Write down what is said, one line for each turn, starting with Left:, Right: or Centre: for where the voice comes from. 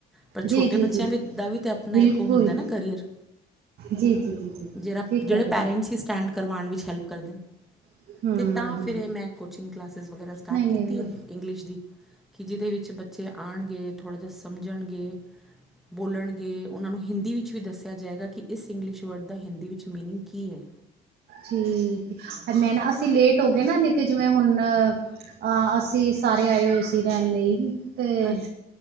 Centre: ਪਰ, ਛੋਟੇ
Right: ਜੀ ਜੀ
Centre: ਬੱਚਿਆਂ
Right: ਜੀ
Centre: ਦਾ ਵੀ, ਆਪਣਾ
Right: ਬਿਲਕੁਲ
Centre: ਇੱਕ ਹੁੰਦਾ ਨਾ ਕਰੀਅਰ
Right: ਜੀ, ਜੀ, ਜੀ, ਜੀ
Centre: ਜਿਹੜਾ-
Right: ਠੀਕ
Centre: ਜਿਹੜੇ
Right: ਕਹਿ ਰਹੇ
Centre: ਪੇਰੈਂਟਸ ਸਟੈਂਡ ਕਰਵਾਉਣ ਵਿੱਚ ਹੈਲਪ ਕਰਦੇ ਨੇ,
Right: ਹੋ ਹੂੰ
Centre: ਅਤੇ ਤਾਂ
Right: ਹੂੰ
Centre: ਫੇਰ ਇਹ ਮੈਂ ਕੋਚਿੰਗ ਕਲਾਸਿਸ ਵਗੈਰਾ ਸਟਾਰਟ
Right: ਨਹੀਂ ਨਹੀਂ
Centre: ਕੀਤੀ ਹੈ ਇੰਗਲਿਸ਼ ਦੀ ਕਿ, ਜਿਦੇ ਵਿੱਚ ਬੱਚੇ ਆਣਗੇ ਥੋੜ੍ਹਾ ਜਿਆ ਸਮਝਣਗੇ ਬੋਲਣਗੇ, ਓਨਾਂ ਨੂੰ ਹਿੰਦੀ ਵਿੱਚ ਵੀ ਦੱਸਿਆ ਜਾਏਗਾ ਕਿ, ਇਸ ਇੰਗਲਿਸ਼ ਵਰਡ ਦਾ ਹਿੰਦੀ ਵਿੱਚ ਮੀਨਿੰਗ ਕੀ ਏ।
Right: ਠੀਕ, ਮੈਂ ਨਾ ਅਸੀਂ ਲੇਟ ਹੋ ਗਏ ਨਾ ਨੀ ਤੇ ਜਿਵੇਂ, ਹੁਣ ਹਾ ਅਸੀਂ, ਸਾਰੇ ਆਏ ਹੋਏ ਸੀ ਰਹਿਣ ਲਈ ਤੇ
Centre: ਹਾਂ